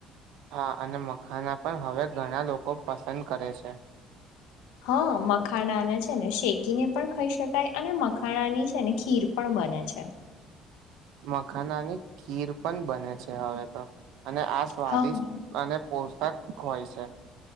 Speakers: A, on the right (about 75°); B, on the left (about 80°).
A: હા અને મખાના પણ હવે ઘણા લોકો પસંદ કરે છે <inaudible>
B: હા મખાણાના છે ને શેકીને પણ ખાઈ શકાય અને મખાણાની છે ને ખીર પણ બને ને છે
A: <inaudible> મખાનાની ખીર પણ બને છે હવે તો અને આ સ્વાદિષ્ટ
B: હા
A: અને પોશક હોય છે